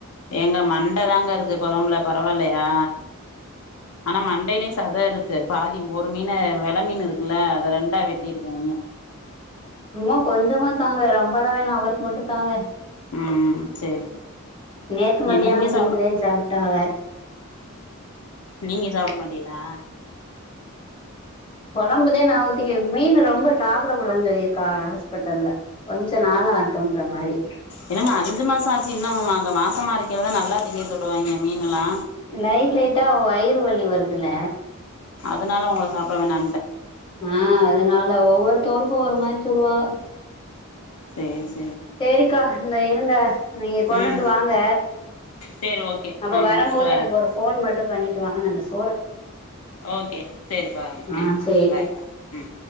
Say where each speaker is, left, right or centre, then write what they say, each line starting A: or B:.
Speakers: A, on the left; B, on the left.
A: எங்க மண்டதாங்க இருக்கு குழம்புல பரவாயில்லையா ஆனா மண்டையிலயு சத இருக்கு பாதி ஒரு மீன வெல மீன் இருக்குல்ல அத ரெண்டா வெட்டி இருக்க
B: ரொம்ப கொஞ்சமா தாங்க ரொம்பளா வேணா அவருக்கு மட்டு தாங்க
A: ம் சேரி
B: நேத்து மத்தியான
A: ஏ நீங்க
B: மீன்தா
A: சாப்ட
B: சாப்ட்டாக
A: நீங்க சாப்பிட மாட்டிலா
B: கொழம்புதே நா ஊத்தே மீன் ரொம்ப சாப்பிட கூடாதுனு சொல்லிருக்காவ ஹாஸ்பிட்டல்ல கொஞ்ச நாள் ஆட்டுன்ற மாரி
A: என்னம்மா அஞ்சு மாச ஆச்சு இன்னும் அங்க மாசமா இருக்கேளதா நல்லாத்தீங்க சொள்வாங்க மீன் எல்லா
B: லைட் லைட்டா வயிறு வலி வருதுல
A: அதனால உங்கள சாப்பிட வேணா
B: ஆ அதனால ஒவ்வொருத்ருக்கு ஒவ்வொரு மாரி சொல்லுவா
A: செரி
B: சேரிக்கா இந்த இருங்க நீங்க கொண்டுட்டு
A: ம்
B: வாங்க
A: சேரி ஓகே
B: அப்ப
A: நா
B: வர
A: முடிச்சுட்டு
B: போது
A: வரே
B: எனக்கு ஒரு ஃபோன் மட்டு பண்ணிட்டு வாங்கன்னு சொ
A: ஓகே சரிப்பா
B: ஆ
A: ம்
B: சேரி
A: பாய் ம்